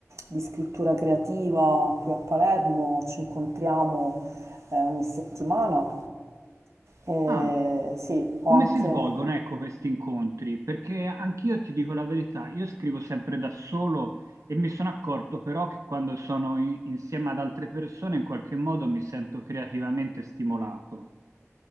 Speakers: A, on the right; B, on the right.
A: di scrittura creativa qui a Palermo, ci incontriamo eh, ogni settimana. E
B: Ah,
A: sì, ho
B: Come
A: anche
B: si svolgono, ecco, questi incontri? Perché anch'io ti dico la verità, io scrivo sempre da solo e mi sono accorto però che quando sono in- insieme ad altre persone in qualche modo mi sento creativamente stimolato.